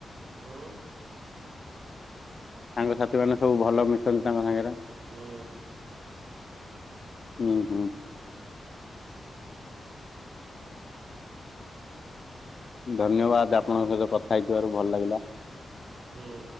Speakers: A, on the right; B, on the left.
A: ହୁଁ
B: ସାଙ୍ଗ ସାଥି ମାନେ ସବୁ ଭଲ ମିଶନ୍ତି ତାଙ୍କ ସାଙ୍ଗରେ।
A: ହୁଁ
B: ହୁଁ, ହୁଁ। ଧନ୍ୟବାଦ ଆପଣଙ୍କ ସହିତ କଥା ହେଇଥିବାରୁ ଭଲ ଲାଗିଲା।
A: ହୁଁ।